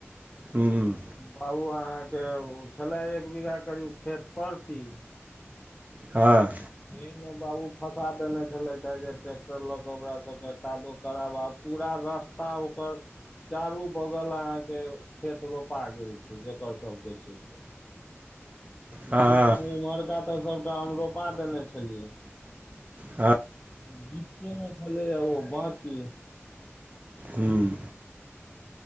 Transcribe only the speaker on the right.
हूँ।
हँ।
हँ
हँ
हँ।
हूॅं,